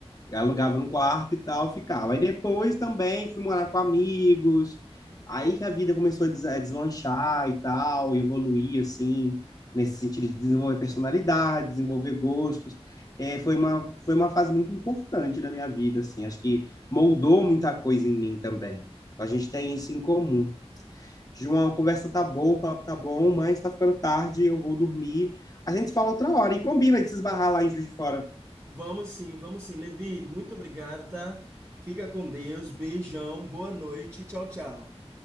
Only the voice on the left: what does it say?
alugava um quarto e tal, ficava. Aí depois também fui morar com amigos, aí que a vida começou a des- a deslanchar e tal, e evoluir assim, nesse sentido de desenvolver personalidade, desenvolver gostos. É, foi uma, foi uma fase muito importante da minha vida, assim, acho que moldou muita coisa em mim também. Então a gente tem isso em comum. João, a conversa tá boa, o papo tá bom, mas tá ficando tarde, eu vou dormir. A gente se fala outra hora e combina de se esbarrar lá em Juiz de Fora.